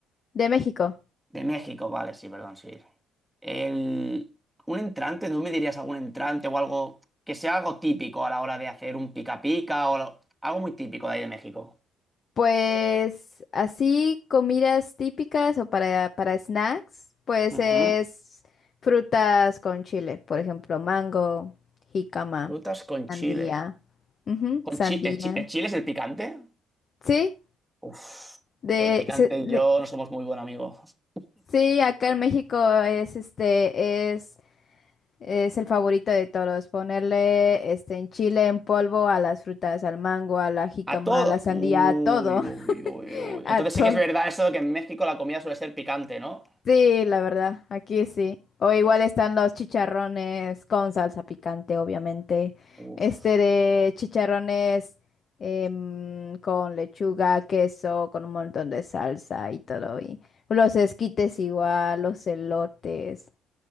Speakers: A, on the left; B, in the centre.
A: De México.
B: De México, vale, sí, perdón, sí. El... Un entrante, ¿tú me dirías algún entrante o algo que sea algo típico a la hora de hacer un pica pica o lo- algo muy típico de ahí de México?
A: Pues así, comidas típicas o para, para snacks, pues
B: Ujú.
A: es frutas con chile, por ejemplo, mango, jícama,
B: Frutas con
A: sandía.
B: chile.
A: Ujú,
B: ¿Con
A: sandía.
B: chi- el, chi- el chile es el picante?
A: Sí,
B: Uf,
A: de,
B: pues el picante
A: se-
B: y yo
A: de-
B: no somos muy buenos amigos.
A: sí, acá en México es este, es, es el favorito de todos, ponerle este en chile en polvo a las frutas, al mango, a la jícama,
B: A todo.
A: a la sandía,
B: Uy,
A: a todo,
B: uy,
A: <laughs>
B: uy, uy.
A: a
B: Entonces
A: todo.
B: sí que es verdad eso de que en México la comida suele ser picante, ¿no?
A: Sí, la verdad, aquí sí. O igual
B: Uf,
A: están los chicharrones con salsa picante, obviamente.
B: uf,
A: Este de chicharrones em, con lechuga, queso, con un montón de salsa y todo. Y los esquites igual, los elotes.